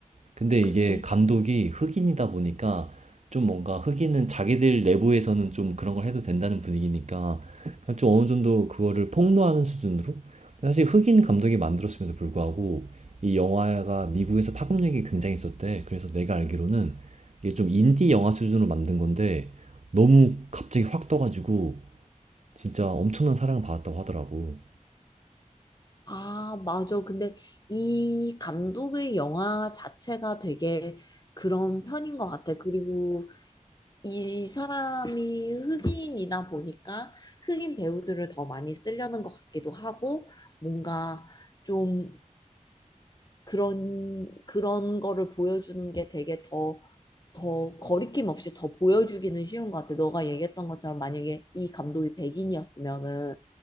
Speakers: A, on the right; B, on the left.
A: 근데 이게
B: 그치?
A: 감독이 흑인이다 보니까 좀 뭔가 흑인은 자기들 내부에서는 좀 그런 걸 해도 된다는 분위기니까 그냥 좀 어느 정도 그거를 폭로하는 수준으로 근데 사실 흑인 감독이 만들었음에도 불구하고 이 영화가 미국에서 파급력이 굉장히 있었대. 그래서 내가 알기로는 이게 좀 인디 영화 수준으로 만든 건데 너무 갑자기 확 떠가지고 진짜 엄청난 사랑을 받았다고 하더라고.
B: 아, 맞아. 근데 이 감독의 영화 자체가 되게 그런 편인 것 같아. 그리고 이 사람이 흑인이다 보니까 흑인 배우들을 더 많이 쓰려는 것 같기도 하고 뭔가 좀 그런 그런 거를 보여주는 게 되게 더 더 거리낌 없이 더 보여주기는 쉬운 것 같아. 너가 얘기했던 것처럼 만약에 이 감독이 백인이었으면은